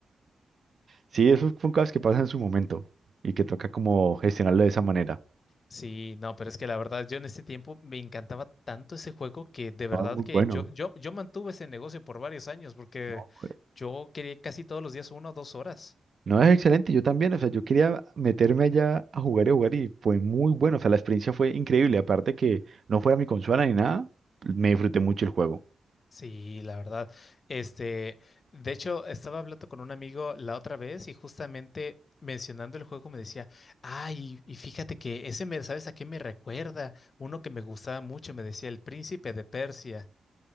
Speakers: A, on the right; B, on the left.
A: Sí, esos son cosas que pasan en su momento y que toca como gestionarlo de esa manera.
B: Sí, no, pero es que la verdad, yo en este tiempo me encantaba tanto ese juego que de verdad
A: Ah, muy
B: que
A: bueno.
B: yo, yo, yo mantuve ese negocio por varios años porque
A: No, eh,
B: yo quería casi todos los días una o dos horas.
A: no, es excelente, yo también, o sea, yo quería meterme allá a jugar y a jugar y fue muy bueno, o sea, la experiencia fue increíble, aparte que no fuera mi consola ni nada, me disfruté mucho el juego.
B: Sí, la verdad. Este, de hecho, estaba hablando con un amigo la otra vez y justamente mencionando el juego me decía, ay, y fíjate que ese me, ¿sabes a qué me recuerda? Uno que me gustaba mucho, me decía El Príncipe de Persia.